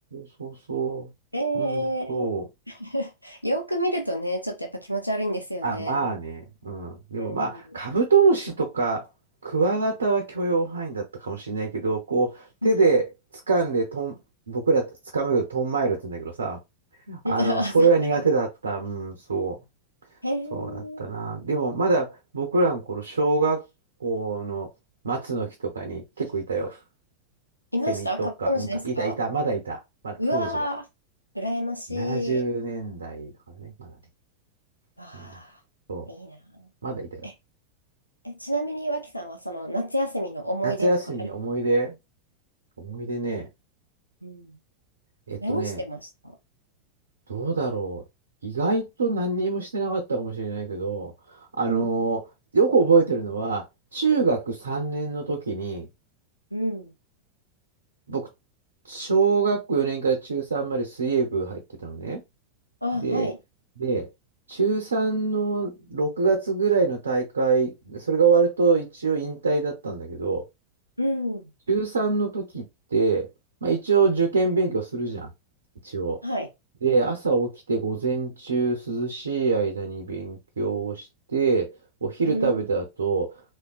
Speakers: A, on the right; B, on the left.
A: そうそうそう。
B: ええ
A: うん、そう。
B: ー <laughs> よく見るとね、ちょっとやっぱ気持ち悪いんですよね。
A: あ、まあね。うん。でもまあ、
B: うん。
A: カブトムシとか、クワガタは許容範囲だったかもしれないけど、こう、手で掴んでとん、
B: うん。
A: 僕ら掴むけど、トンマイルって言うんだけどさ、
B: <laughs>
A: あの、
B: うんあそう
A: それは苦手だった。うん、そう。
B: へえ、
A: そうだったな。でも、まだ僕らの頃、小学校の松の木とかに結構いたよ。
B: いましたカブトムシですか
A: セミとか、うんか、いた、いた、まだいた。まだ当時は。
B: うわー、羨ましい。
A: 70年代だいだからね、まだね。
B: ああ、
A: うんそう、
B: いいな。
A: まだいたよ。
B: え、え、ちなみに脇さんはその夏休みの思い出とかあ
A: 夏休み、思い出、思い出ね、
B: うん。
A: えっとね、
B: 何してました
A: どうだろう。意外と何にもしてなかったかもしれないけど、あのーよく覚えてるのは、
B: うん。
A: 中学3年の時に、
B: うん。
A: 僕、小学校4年から中3まで水泳部入ってたのね。
B: あ、
A: で、
B: はい。
A: で、中3の6月ぐらいの大会、それが終わると一応引退だったんだけど、
B: うん。
A: 中3の時って、まあ、一応受験勉強するじゃん。一応。
B: はい。
A: で、朝起きて午前中涼しい間に勉強をして、お昼食べた後、
B: うん。